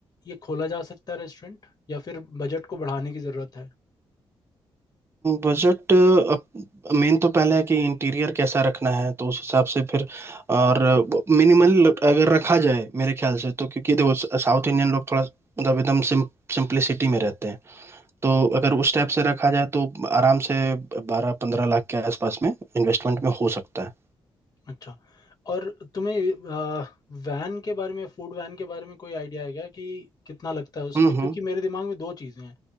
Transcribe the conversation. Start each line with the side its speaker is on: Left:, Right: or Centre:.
Left: ये खोला जा सकता है रेस्टोरेंट या फिर बजट को बढ़ाने की जरूरत है
Right: बजट मेन तो पहले है कि इंटीरियर कैसा रखना है तो उस हिसाब से फिर और मिनिमल अगर रखा जाए मेरे ख्याल से तो क्योंकि देखो साउथ इंडियन लोग थोड़ा मतलब एकदम सिम, सिंप्लिसिटी में रहते हैं तो अगर उस टाइप से रखा जाए तो आराम से बारह पंद्रह लाख के आसपास में इन्वेस्टमेंट में हो सकता है
Left: अच्छा और तुम्हें वैन के बारे में फूड वैन के बारे में कोई आइडिया है क्या कि कितना लगता है उसमें
Right: हम्म हम्म
Left: क्योंकि मेरे दिमाग में दो चीजें हैं